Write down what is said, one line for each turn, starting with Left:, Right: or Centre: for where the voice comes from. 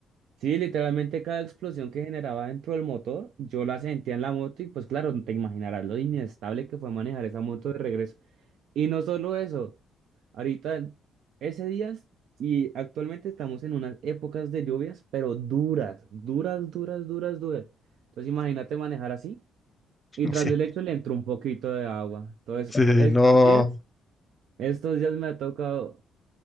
Right: Sí, literalmente cada explosión que generaba dentro del motor, yo la sentía en la moto y pues claro, te imaginarás lo inestable que fue manejar esa moto de regreso. Y no solo eso, ahorita ese día y actualmente estamos en unas épocas de lluvias, pero duras, duras, duras, duras, duras. Entonces imagínate manejar así y
Left: <laughs>
Right: tras
Left: Sí,
Right: del hecho le entró un poquito de agua. Entonces,
Left: sí,
Right: estos
Left: no.
Right: días, estos días me ha tocado